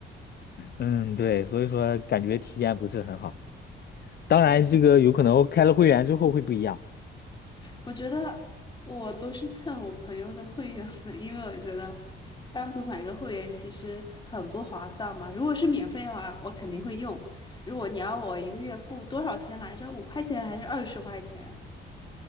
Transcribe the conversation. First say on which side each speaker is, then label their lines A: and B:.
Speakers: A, on the left; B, on the left.
A: 嗯，对，所以说感觉体验不是很好。当然，这个有可能开了会员之后会不一样。
B: 我觉得我都是蹭我朋友的会员的，因为我觉得单独买一个会员其实很不划算嘛。如果是免费的话，我肯定会用。如果你要我一个月付多少钱来着？五块钱还是二十块钱？